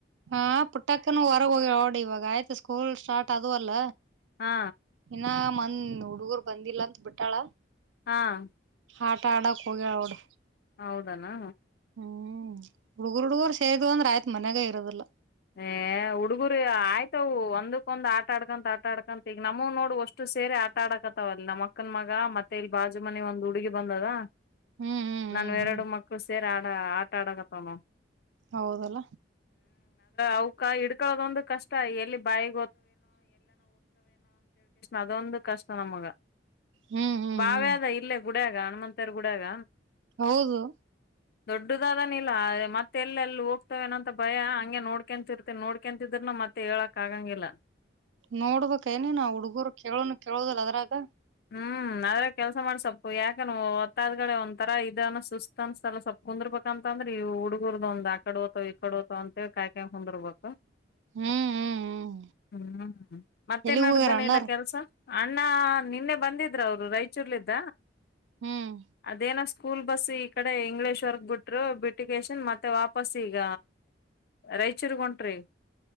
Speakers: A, on the right; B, on the left.
A: ಆ ಪುಟ್ಟಕನ್ <unintelligible> ಇವಾಗ್ ಸ್ಕೂಲ್ ಸ್ಟಾರ್ಟ್ ಅದು ಅಲ್ಲ
B: ಹಾ
A: ಇನ್ನಾ ಹು ಹುಡುಗುರ್ ಬಂದಿಲ್ಲ ಅಂತ ಬಿಟ್ಟಾಳ
B: ಆ
A: ಆಟ ಆಡಕ್ ಹೋಗ್ಯಾಲ್ ನೋಡು
B: ಹೌದೇನು
A: <unintelligible> ಹುಡುಗುರ್ ಹುಡುಗುರ್ ಸೇರಿವಂದ್ರೆ ಆಯ್ತ್ ಮನೆಗೆ ಇರೋದಿಲ್ಲ
B: ಹೇ ಹುಡುಗುರ್ ಆ ಆಯ್ತ್ ಅವು ಒಂದ್ಕೊಂಡು ಆಟ ಅಡ್ಕಂತ ಆಟ ಅಡ್ಕಂತ ಈಗ ನಮ್ಮವ್ ನೋಡು ಒಷ್ಟು ಸೇರಿ ಆಟ ಅಡಕತವ ನಮ್ ಅಕ್ಕನ್ ಮಗ ಮತ್ತೆ ಇಲ್ಲಿ ಬಾಜು ಮನಿ ಒಂದ್ ಹುಡುಗಿ ಬಂದದ
A: ಹ್ಮ್ ಹ್ಮ್ ಹ್ಮ್
B: ನನ್ನವ
A: ಹ್ಮ್
B: ಎರಡು ಮಕ್ಳ ಸೇರಿ ಆ <unintelligible> ಆಟ ಅಡಕತವ್ ನೋಡ್
A: ಹೌದಲ
B: ಅವುಕ ಇಡ್ಕೊಳದೊಂದ್ ಕಷ್ಟ ಎಲ್ಲಿ ಬಾಯಿ ಅದೊಂದ್ ಕಷ್ಟ ನಮ್ಗ
A: ಹ್ಮ್ ಹ್ಮ್
B: <unintelligible>
A: ಹ್ಮ್
B: ಗುಡಿಯಾಗ ಹನುಮಂತರ ಗುಡಿಯಾಗ
A: ಹೌದು
B: ದೊಡ್ದ್ <unintelligible> ಏನಂತ ಭಯ ಅಂಗೇ ನೋಡ್ಕೋ ನೋಡ್ಕೊಂತಿದ್ರು ಮತ್ತ್ ಹೇಳಕ್ ಆಗಂಗಿಲ್ಲ
A: ನೋಡ್ಬೇಕ್ ಏನ್ ನಿನು ಆ ಹುಡ್ಗರ್ ಕೇಳುನ್ ಕೇಳುದಿಲ್ಲ ಅದ್ರೊಳ್ಗ
B: ಮ್ಮ್ ನಾವೇ ಕೆಲಸ ಮಾಡಿ ಸಲ್ಪ್ ಯಕ್ನ ಓತಾದ್ ಕಡೆ ಒಂತರ ಇದ್ ಸುಸ್ತ ಅನ್ಸುತ್ಲ ಸೋಲ್ಪ್ ಕುಂದ್ರಬೇಕ್ ಅಂತ್ಅಂದ್ರ್ ಈ ಹುಡಗುರ್ದೊಂದ್ ಆಕಡ್ ಹೋತಾವ್ ಈಕಡ್ ಹೋತಾವ್ ಕಾಯ್ಕೊಂಡ್ ಕುಂದ್ರಬೇಕ್.
A: ಹ್ಮ್ ಹ್ಮ್ ಹ್ಮ್
B: ಮ್ಮ್ ಮ್ಮ್ ಮತ್ತೆ
A: ಎಲ್ಲಿಗ್ ಹೋಗ್ಯಾರ ಅಣ್ಣಾರ್
B: ಕೆಲಸ ಅಣ್ಣಾ ಬಂದಿದ್ರ್ ಅವ್ರು ರೈಚೂರ್ಲ್ಲಿದ
A: ಹ್ಮ್
B: ಅದೇನೋ ಸ್ಕೂಲ್ ಬಸ್ ಈ ಕಡೆ ಇಂಗ್ಲಿಷ್ ಅವರ್ಗ್ ಬಿಟ್ರ್ ಬಿಟ್ಟನ್ ಅಷ್ಟ್ ಮಾತೆ ವಾಪಾಸ್ ಇಗ್ ರೈಚೂರ್ ಗ್ ಹೊಂಟ್ರಿ